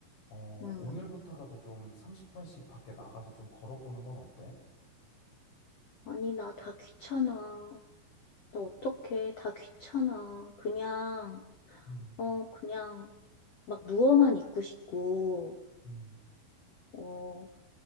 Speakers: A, on the left; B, on the left.
A: 어,
B: 응.
A: 오늘부터라도 좀 30분씩 밖에 나가서 좀 걸어보는 건 어때?
B: 아니, 나 다 귀찮아. 나 어떡해. 다 귀찮아. 그냥,
A: 음,
B: 어, 그냥 막 누워만 있고 싶고,
A: 음,
B: 어,